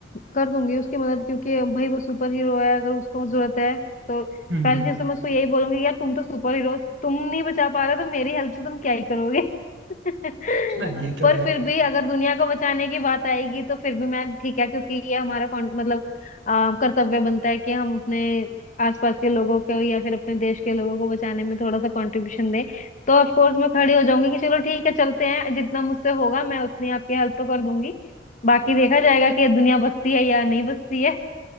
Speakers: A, on the left; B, on the right.
A: कर दूंगी उसकी मदद क्योंकि भाई वो सुपर हीरो है अगर उसको जरूरत है तो
B: हम्म
A: पहली चीज तो मैं उसको यही बोलूंगी यार तुम तो सुपर हीरो तुम नहीं बचा पा रहे हो, तो मेरी हेल्प से तुम क्या ही करोगे <laughs>
B: हाँ ये तो
A: पर
B: है
A: फिर भी अगर दुनिया को बचाने की बात आएगी तो फिर भी मैं ठीक है क्योंकि ये हमारा कौन- मतलब अ, कर्तव्य बनता है कि हम अपने आसपास के लोगों को या फिर अपने देश के लोगों को बचाने में थोड़ा सा कंट्रीब्यूशन दें तो ऑफ कोर्स मैं खड़ी हो जाऊंगी कि चलो ठीक है चलते हैं जितना मुझसे होगा मैं उतनी आपकी हेल्प तो कर दूंगी बाकी देखा जाएगा कि ये दुनिया बसती है या नहीं बसती है